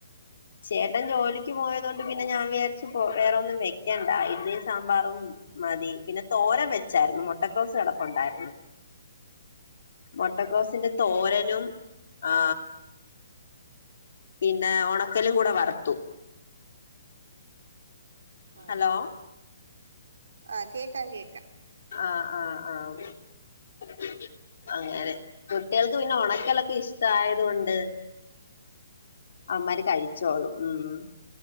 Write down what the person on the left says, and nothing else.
ചേട്ടൻ ജോലിക്ക് പോയതോണ്ട് പിന്നെ ഞാൻ വിചാരിച്ചു പോ വേറെൊന്നും വെക്കണ്ട ഇഡലി സാമ്പാറും മതി പിന്നെ തോരം വെച്ചായിരുന്നു മുട്ടക്കോസ് കിടപ്പുണ്ടായിരുന്നു മൊട്ടക്കോസിന്റെ തോരനും ആ പിന്നെ ഉണക്കലും കൂടെ വറുത്തു
ഹലോ
ആ ആ ആ <unintelligible> അങ്ങനെ കുട്ടികൾക്ക് പിന്നെ ഉണക്കലൊക്കെ ഇഷ്ട ആയത് കൊണ്ട് അവമ്മാര് കഴിച്ചോളും ഉം